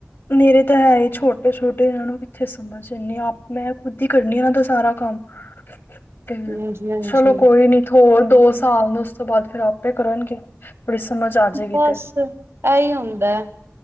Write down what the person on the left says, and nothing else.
ਮੇਰੇ ਤਾਂ ਹੈ ਹੀ ਛੋਟੇ ਛੋਟੇ ਇਹਨਾਂ ਨੂੰ ਕਿੱਥੇ ਸਮਝ ਐਨੀ ਹ ਆਪ ਮੈਂ ਖੁਦ ਹੀ ਕਰਨੀ ਇਹਨਾਂ ਦਾ ਸਾਰਾ ਕੰਮ। ਤੇ।
ਚਲੋ ਕੋਈ ਨੀ ਹੋਰ ਦੋ ਸਾਲ ਨੇ ਉਸ ਤੋਂ ਬਾਅਦ ਫਿਰ ਆਪੇ ਕਰਨਗੇ ਬੜੀ ਸਮਝ ਜਾਏਗੀ
ਤੇ।